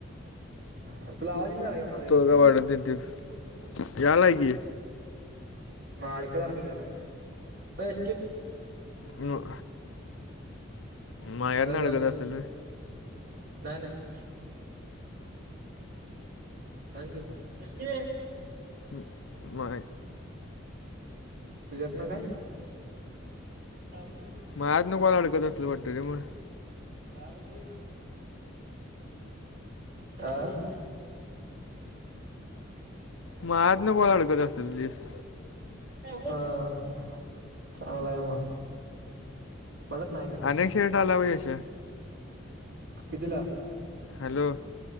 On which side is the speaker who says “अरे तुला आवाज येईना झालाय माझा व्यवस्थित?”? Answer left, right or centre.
Right